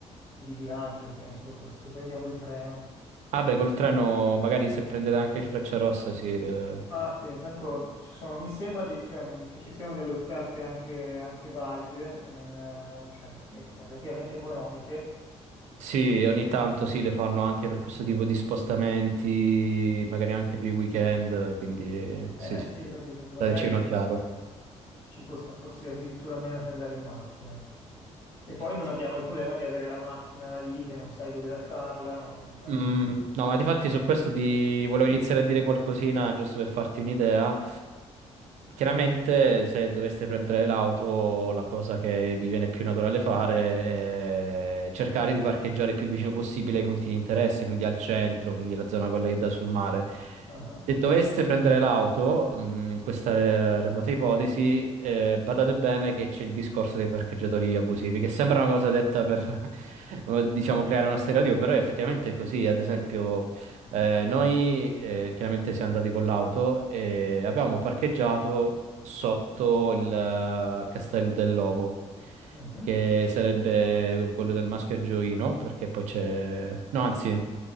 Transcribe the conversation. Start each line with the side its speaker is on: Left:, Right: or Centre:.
Left: di viaggio, penso, forse se prendiamo il treno.
Right: Ah beh, col treno magari se prendete anche il Frecciarossa, sì. eh.
Left: Infatti, tanto ci sono, mi sembra di- cioè, mm, che ci siano delle offerte anche, anche valide, che non, eh, cioè, e- relativamente economiche.
Right: Sì, ogni tanto sì, le fanno anche per questo tipo di spostamenti, magari anche per i weekend, quindi eh,
Left: Eh
Right: sì, sì,
Left: sì,
Right: sì.
Left: capito, che magari
Right: dateci un'occhiata.
Left: ci costa forse addirittura meno che andare in macchina. E poi non
Right: Sì.
Left: abbiamo il problema di avere la macchina lì che non sai dove lasciarla, non, non
Right: Mm, no, ma difatti su questo ti
Left: gestire.
Right: volevo iniziare a dire qualcosina, giusto per farti un'idea. Chiaramente se doveste prendere l'auto, la cosa che vi viene più naturale fare è cercare di parcheggiare il più vicino possibile ai punti di interesse, quindi al centro, quindi la zona quella che dà sul mare.
Left: Ah, ah.
Right: Se doveste prendere l'auto, mh, in questa eh, remota ipotesi, eh, badate bene che c'è il discorso dei parcheggiatori abusivi, che sembra una cosa detta per, <laughs> eh, diciamo, creare uno stereotipo, però effettivamente è così. Ad esempio, eh, noi eh, chiaramente siamo andati con l'auto e avevamo parcheggiato sotto il eh, Castel dell'Ovo
Left: mhm,
Right: che sarebbe quello del maschio angioino, perché poi c'è...
Left: Sì,
Right: No, anzi,